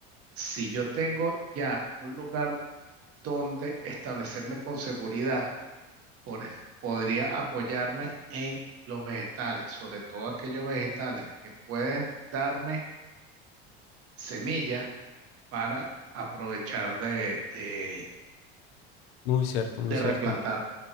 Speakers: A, on the right (about 50°); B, on the left (about 75°).
A: Si yo tengo ya un lugar donde establecerme con seguridad, por- podría apoyarme en los vegetales, sobre todo aquellos vegetales que pueden darme semillas para aprovechar de, de-
B: Muy cierto, muy
A: de
B: cierto.
A: replantar.